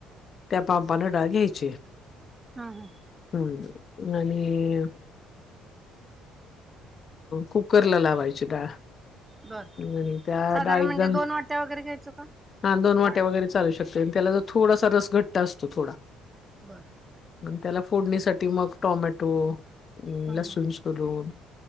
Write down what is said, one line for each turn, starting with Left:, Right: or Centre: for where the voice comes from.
Left: त्या मापन डाळ घ्यायचे
Right: हं हं
Left: हम्म आणि कुकर ला लावायची डाळ
Right: बरं
Left: आणि त्या
Right: साधारण
Left: डाळीत
Right: म्हणजे दोन वाट्या वगैरे घ्यायचो का
Left: हा दोन वाटे
Right: डाळ?
Left: वगैरे चालू शकतात त्याला जर थोडासा रस घट्ट असतो थोडा
Right: बरं
Left: त्याला फोडणीसाठी मग टोमॅटो
Right: हा
Left: लसूण
Right: हा
Left: सोलून